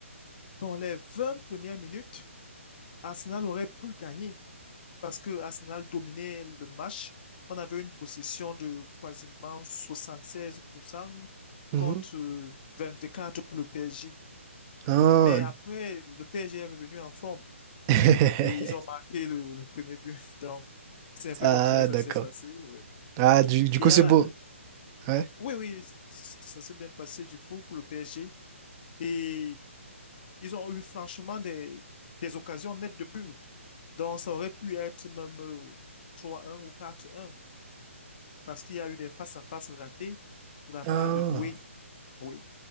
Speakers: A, on the left; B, on the right.
A: Dans les vingt premières minutes, Arsenal aurait pu gagner. parce que Arsenal dominait le match. On avait une possession de quasiment 76%
B: Mhm.
A: contre euh, 24% pour le PSG.
B: Ah.
A: Mais après, le PSG est revenu en forme
B: <laughs>
A: et ils ont marqué le, le premier but. <laughs> Donc, c'est un peu
B: Ah,
A: comme ça que ça
B: d'accord.
A: s'est passé. Oui,
B: Ah, du, du
A: et
B: coup,
A: il y
B: c'est
A: a la-
B: beau. Ouais.
A: oui, oui, ça s'est bien passé du coup pour le PSG. Et ils ont eu franchement des, des occasions nettes de but. Donc, ça aurait pu être même euh, 3-1 ou 4-1. parce qu'il y a eu des face-à-face ratés de la
B: Ah,
A: part de Doué. Oui.